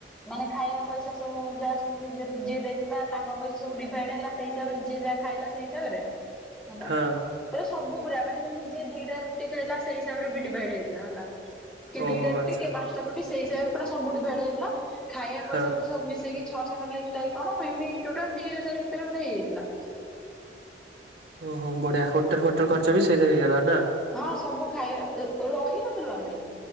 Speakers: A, in the centre; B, on the right.
A: ମାନେ ଖାଇବା ପଇସା ସବୁ ଯାହା ସବୁ ଜି ଯିଏ ଦେଇଥିଲା ତାଙ୍କ ପଇସା ସବୁ ଡିଭାଇଡ ହେଲା ସେଇ ହିସାବରେ ଯିଏ ଯାହା ଖାଇଲା ସେଇ ହିସାବରେ ହେଲା
B: ହଁ
A: ପୁରା ସବୁ ପୁରା ମାନେ ଯେମତି ଯିଏ ଦିଟା ରୁ ଟିପି ହେଲା ସେଇ ହିସାବରେ ବି ଡିଭାଇଡ ହେଇଥିଲା ହେଲା। କିଏ ଦିଟା
B: ଓହୋ
A: ରୁଟି
B: ଆଚ୍ଛା
A: ପାଞ୍ଚଟା ରୁଟି ସେଇଟାଇପର ପୁରା ସବୁଠୁ ଡିଭାଇଡ୍ ଯାଇଥିଲା ଖାଇବା
B: ହଁ।
A: ପଇସା ବୋଧେ ସବୁ ମିଶେଇକି ଛଅଶହ ଖଣ୍ଡେ ହେଇଥିଲାକି କଣ ମେ ବି ଟୋଟାଲ ଦିହଜାର ଭିତରେ ବୋଧେ ହେଇଯାଇଥିଲା।
B: ଓହୋ ବଢିଆ ହୋଟେଲ ଫୋଟେଲେ ଖର୍ଚ୍ଚ ବି ସେଇତିରେ ହେଇଗଲା। ନା
A: ହଁ ସବୁ ଖାଇବା ରହିନଥିଲୁ ଆମେ